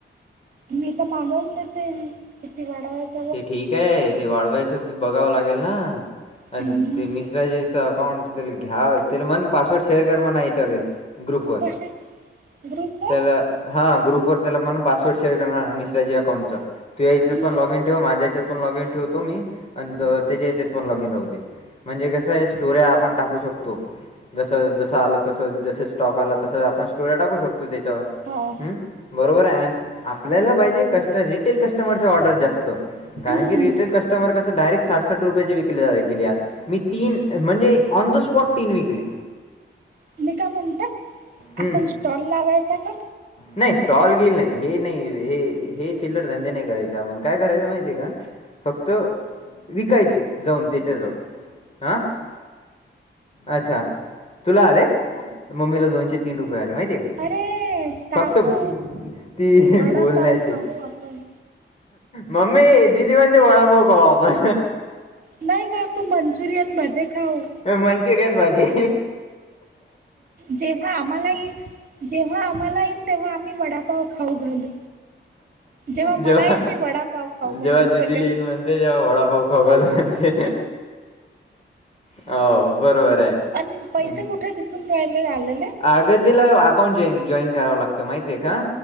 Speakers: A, on the right (about 50°); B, on the left (about 35°).
A: मी तर मागवून देते किती वाढवायच.
B: ते ठीक आहे. ते वाढवायचं बघावं लागेल ना. आणि
A: हम्म.
B: ते मिश्राजीचं अकाउंट पहीला घ्या. त्याला म्हण पासवर्ड शेअर कर म्हणा याच्यावर हे. ग्रुपवर
A: कशा ग्रुप आहे
B: त्याला हा ग्रुप वर त्याला म्हणून पासवर्ड शेअर कर ना मिश्राजी अकाउंटचं तू याच्या
A: हम्म.
B: पण लॉग इन ठेव माझ्या याच्यात पण लॉगिन ठेवतो मी. आणि त्याच्या याच्यात पण लॉगिन राहुदे. म्हणजे कसं आहे स्टोर्या आपण टाकू शकतो. जस जसं आलं तस जस स्टॉक आला तस आपण स्टोर्या टाकू शकतो त्याच्यावर
A: हो हो
B: हम्. बरोबर आहे. आणि आपल्याला पाहिजे कस रिटेल कस्टमर ची ऑर्डर जास्त.
A: हम्म.
B: कारण की रिटेल कस्टमर कसं डायरेक्ट साठ साठ रुपयाची विकली केली आज. मी तीन म्हणजे ऑन द स्पॉट तीन विकले.
A: मी काय म्हणते
B: हं.
A: आपण स्टॉल लावायचा का?
B: नाही. स्टॉल बील नाही. हे नाही हे हे चिल्लर धंदे नाही करायचे आपण काय करायच माहिती आहे का. फक्त विकायची जाऊन त्याच्या जवळ हा. अच्छा, तुला आले. मम्मीला दोनशे तीन रुपये आले माहिती आहे का?
A: अरे काकू
B: फक्त ती
A: वडापाव
B: बोलण्याची.
A: खाऊ आपण
B: मम्मी दीदी म्हणते वडापाव खाऊ आपण.
A: नाही. काकू मंचुरियन भजे खाऊ.
B: मंचूरियन, भजी.
A: जेव्हा आम्हाला ये, जेव्हा आम्हाला ये तेव्हा आम्ही वडापाव खाऊ घालू. जेव्हा मला
B: जवा
A: येईन मी वडापाव खाऊ घालेन
B: जवा दीदी
A: सगळ्यां
B: ला येईन मंजे ते जेव्हा वडापाव खाईल म्हणते, हो बरोबर आहे. हं.
A: अन पैसे कुठे दिसून राहिले आलेले.
B: आग तिला अकाउंट जॉईन करावं लागतं माहिती आहे का,